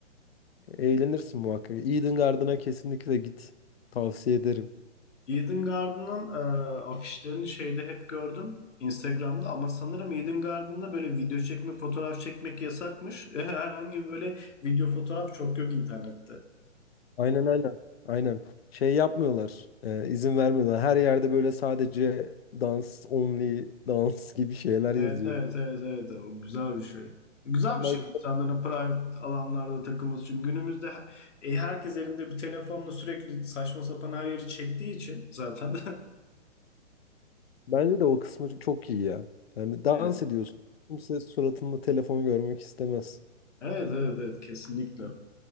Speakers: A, on the left; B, on the left.
A: Eğlenirsin muhakkak. Eden Garden'a kesinlikle git. Tavsiye ederim.
B: Eden Garden'ın e, afişlerini şeyde hep gördüm Instagram'da ama sanırım Eden Garden'da böyle video çekmek, fotoğraf çekmek yasakmış. <laughs> Herhangi bir böyle video fotoğraf çok yok internette.
A: Aynen aynen. Aynen. Şey yapmıyorlar. e, izin vermiyorlar. Her yerde böyle sadece dans only, dans <laughs> gibi şeyler yazıyor.
B: Evet evet evet evet o güzel bir şey. Güzel
A: Onlar
B: bir şey insanların private alanlarda takılması. Çünkü günümüzde he- e, herkes elinde bir telefonla sürekli saçma sapan her yeri çektiği için zaten. <laughs>
A: Bence de o kısmı çok iyi ya. Yani dans
B: Evet
A: ediyorsun. Kimse suratında telefon görmek istemez.
B: evet evet, evet kesinlikle.